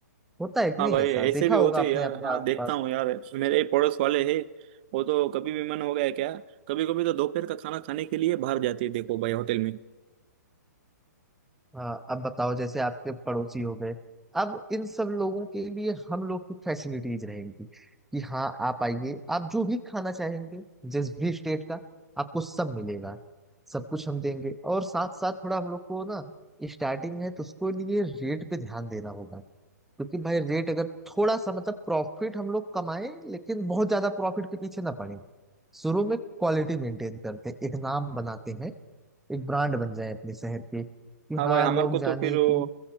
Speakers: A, in the centre; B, on the right (about 35°).
A: होता है कि
B: हाँ
A: नहीं
B: भाई
A: ऐसा
B: ऐसे
A: देखा
B: भी
A: होगा
B: होते
A: आपने
B: हैं यार
A: अपने
B: हाँ
A: आसपास
B: देखता हूँ यार मेरे पड़ोस वाले हैं वो तो कभी भी मन हो गया क्या कभी कभी तो दोपहर का खाना खाने के लिए बाहर जाते हैं देखो भाई होटल में
A: हाँ अब बताओ जैसे आपके पड़ोसी हो गए अब इन सब लोगों के लिए हम लोग की फैसिलिटीज रहेंगी कि हाँ आप आइए आप जो भी खाना चाहेंगे जिस भी स्टेट का आपको सब मिलेगा सब कुछ हम देंगे और साथ साथ थोड़ा हम लोग को ना स्टार्टिंग है तो उसको लिए रेट पे ध्यान देना होगा क्योंकि भाई रेट अगर थोड़ा सा मतलब प्रॉफिट हम लोग कमाएं लेकिन बहुत ज्यादा प्रॉफिट के पीछे ना पड़े शुरू में क्वालिटी मेंटेन करते हैं एक नाम बनाते हैं एक ब्रांड बन जाए अपने शहर के कि
B: हाँ
A: हाँ
B: भाई हमारे
A: लोग
B: को तो
A: जाने
B: फिर वो
A: कि